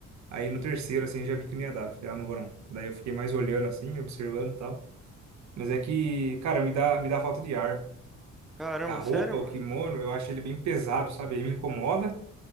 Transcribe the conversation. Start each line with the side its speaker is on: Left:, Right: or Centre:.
Right: Aí no terceiro, assim, eu já vi que não ia dar. Falei, ah, não vou não. Daí eu fiquei mais olhando, assim, observando e tal. Mas é que, cara, me dá, me dá falta de ar.
Centre: Caramba,
Right: A roupa,
Centre: sério, mano?
Right: o kimono, eu acho ele bem pesado, sabe? Aí me incomoda.